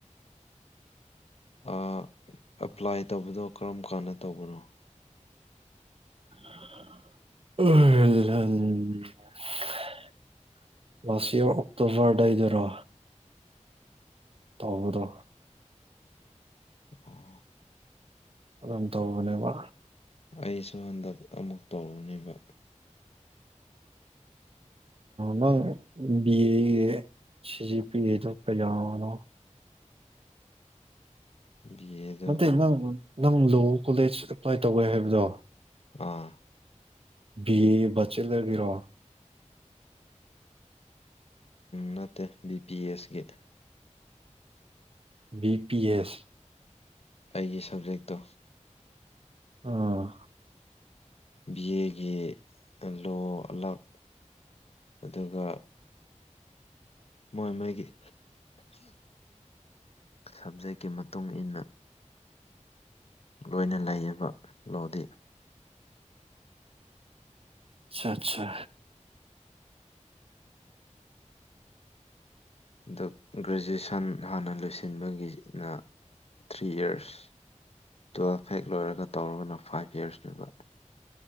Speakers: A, on the left (about 55°); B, on the right (about 50°).
A: ꯑ ꯑꯦꯄ꯭ꯂꯥꯏ ꯇꯧꯕꯗꯣ ꯀꯔꯝ ꯀꯥꯟꯗ ꯇꯧꯕꯅꯣ
B: <unintelligible> ꯂꯥꯁ ꯏꯌꯔ ꯑꯣꯛꯇꯣꯕꯔ ꯑꯗꯥꯏꯗꯔꯣ ꯇꯧꯕꯗꯣ
A: <inaudible>
B: ꯑꯗꯨꯝ ꯇꯧꯕꯅꯦꯕ
A: ꯑꯩꯁꯨ ꯍꯟꯗꯛ ꯑꯃꯨꯛ ꯇꯧꯔꯨꯅꯦꯕ
B: ꯅꯪ ꯕꯤ ꯑꯦꯒꯤ ꯁꯤꯖꯤ ꯄꯤ ꯑꯦꯗ ꯀꯌꯥꯅꯣ
A: ꯕꯤ ꯑꯦꯠ
B: ꯅꯠꯇꯦ ꯅꯪ ꯂꯣ ꯀꯣꯂꯦꯖ ꯑꯦꯄ꯭ꯂꯥꯏ ꯇꯧꯒ꯭ꯔꯦ ꯍꯥꯏꯕꯗꯣ
A: ꯑꯥ
B: ꯕꯤ ꯑꯦ ꯕꯆꯦꯂꯔꯒꯤꯔꯣ
A: ꯅꯠꯇꯦ B P ꯑꯦꯁꯀꯤ
B: B P S
A: ꯑꯩꯒꯤ ꯁꯕꯖꯦꯛꯇꯣ
B: ꯑꯥ
A: ꯕꯤ ꯑꯦꯒꯤ ꯂꯣ ꯂꯛ ꯑꯗꯨꯒ ꯃꯣꯏ ꯃꯣꯏꯒꯤ ꯁꯨꯟꯖꯦꯠꯀꯤ ꯃꯇꯨꯡ ꯏꯟꯅꯥ ꯂꯣꯏꯅ ꯂꯩꯔꯤꯕꯌꯦꯕ ꯂꯣꯗꯤ
B: ꯑ ꯑꯠꯆꯥ
A: ꯑꯗ ꯒ꯭ꯔꯦꯖꯨꯦꯁꯟ ꯍꯥꯟꯅ ꯂꯣꯏꯁꯤꯟꯕꯒꯤꯅ ꯊ꯭ꯔꯤ ꯏꯔꯁ ꯇꯨꯌꯦꯜꯐ ꯍꯦꯛ ꯂꯣꯏꯔꯒ ꯇꯧꯔꯒꯅ ꯐꯥꯏꯚ ꯌꯔꯁꯅꯦꯕ